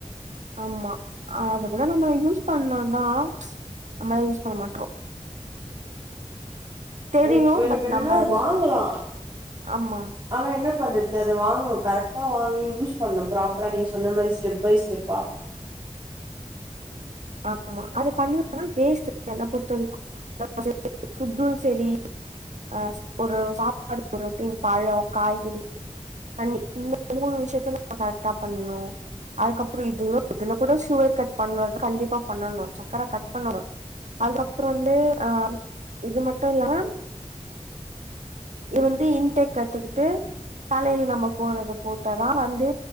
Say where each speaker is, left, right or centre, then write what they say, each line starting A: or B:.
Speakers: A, on the right; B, on the right.
A: ஆமா அது கூட நம்ம யூஸ் பண்லாந்தா நம்ம தா யூஸ் பண்ண மாட்ரோ தெரியு
B: எ ஒரு
A: பட்
B: வேணுனா
A: நம்ம
B: அத வாங்கலா
A: ஆமா
B: ஆனா என்ன பண்றது அது வாங்கணு கரெக்டா வாங்கி யூஸ் பண்ணனு ப்ராப்பரா நீங்க சொன்ன மாரி ஸ்டெப் பை ஸ்டெப்பா
A: ஆமா அது பண்ணிரலா ஆனா வேஸ்ட்டு என்ன பொருத்த வரைக்கு <inaudible> ஃபுட்டு சரி அ ஒரு சாப்பாடு புரோட்டீன் பழோ காய்கறி தண்ணி இந்த மூனு விஷயத்த நம்ம கரெக்டா பண்ணுனு அதுக்கப்பறோ இதுல இதுல கூட சுகர் கட் பண்ண கண்டிப்பா பண்ணனு சக்கர கட் பண்ணனு அதுக்கப்புறோ வந்து அ இது மட்டு இல்லனா இ வந்து இன்டெக்கா எடுத்துக்கிட்டு தலையில நம்ம போறத போட்டதா வந்து